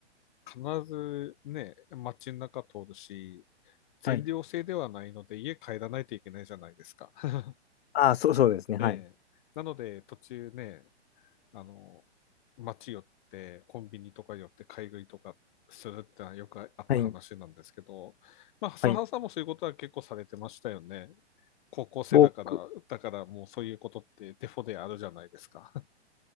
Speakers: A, on the left; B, on the left.
A: 必ずね、街の中通るし、全寮制ではないので家帰らないといけないじゃないですか。
B: はい。
A: <laughs>
B: あ、そう、そうですね。
A: ええ。
B: はい。
A: なので途中ね、あの、街寄ってコンビニとか寄って買い食いとかするってのはよくあった話なんですけど、
B: はい。
A: まあ、笹原さんもそういうことは結構されてましたよね。
B: はい。
A: 高校生だから、
B: 僕、
A: だからもうそういうことってデフォであるじゃないですか。<laughs>